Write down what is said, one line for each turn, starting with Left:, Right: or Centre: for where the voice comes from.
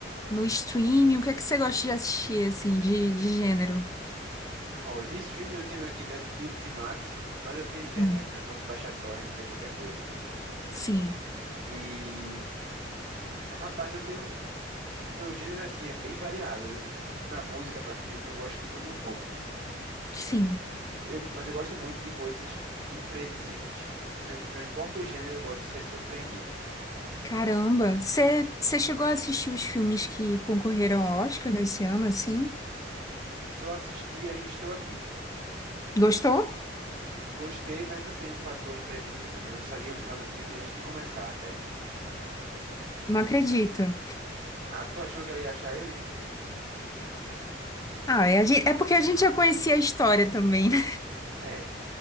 Left: no streaming, o que é que você gosta de assistir, assim, de, de gênero?
Right: Ó, de streaming eu tenho aqui Netflix e Max, mas eu tenho internet,
Left: Hum,
Right: então eu posso baixar a torrent e ver qualquer coisa.
Left: Sim,
Right: E, rapaz, eu tenho Meu gênero, assim, é bem variado. Eu- Pra música, pra filme, eu gosto de tudo um pouco.
Left: sim.
Right: Eu, mas eu gosto muito de coisas imprevisíveis. Não, não importa o gênero, eu gosto de ser surpreendido.
Left: Caramba, você você chegou a assistir os filmes que concorreram ao Oscar desse ano, assim?
Right: Só assisti e ainda estou aqui.
Left: Gostou?
Right: Gostei, mas não tem o fator imprevisível, né? Eu sabia o final do filme antes de começar até.
Left: Não acredito.
Right: Ah, tu achou que ela ia achar ele?
Left: Ah, é, a gen- é porque a gente já conhecia a história também, né?
Right: É,